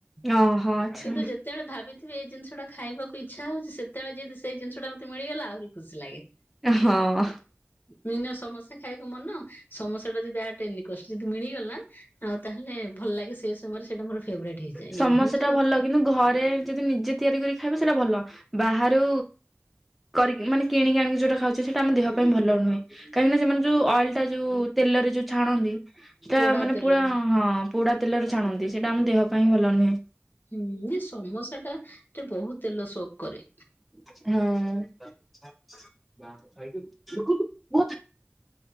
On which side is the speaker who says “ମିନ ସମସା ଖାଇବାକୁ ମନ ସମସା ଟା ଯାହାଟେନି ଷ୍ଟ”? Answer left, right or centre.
Left